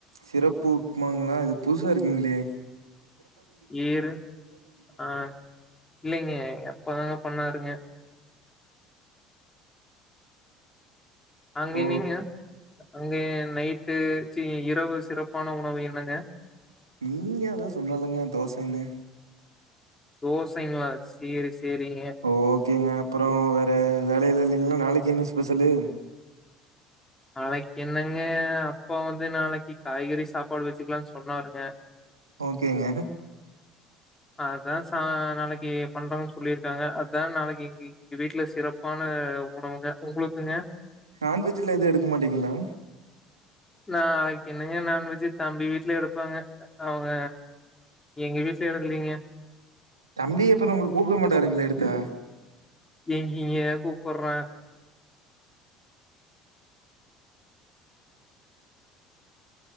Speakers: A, on the right; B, on the left.
A: சிறப்பு உப்மாங்களா இது புதுசா இருக்குங்ளே
B: ஏரு ஆ இல்லைங்க எங்கப்பா தாங்க பண்ணாருங்க அங்கே
A: ஓ
B: நீங்க அங்கேன் நைட்டு சி இரவு சிறப்பான உணவு என்னங்க
A: இங்க அதா சொன்னலங்க தோசன்னு
B: தோசைங்களா சேரி சேரிங்க
A: ஓகேங்க அப்றோ வேற வேலைலா இல்லைங்களா நாளைக்கு என்ன ஸ் பெசலு
B: நாளைக் என்னங்க அப்பா வந்து நாளைக்கி காய்கறி சாப்பாடு வச்சுக்கலான் சொன்னாருங்க
A: ஓகேங்க
B: அதா சா நாளைக்கி பண்றாங்கன் சொல்லிருக்காங்க அதா நாளைக்கி எங்கே வீட்ல சிறப்பான உணவுங்க உங்ளுக்குங்க
A: நான்வெஜ்லா எதுவு எடுக்க மாட்டீங்ளா
B: நாளைக்கி என்னுங்க நான்வெஜ்ஜூ தம்பி வீட்ல எடுப்பாங்க அவங்க எங்க வீட்ல எடுக்கலீங்க
A: தம்பி அப்றோ உங்கள கூப்ட மாட்டாருங்களே எடுத்தா
B: எங்கிங்கே கூப்புட்றா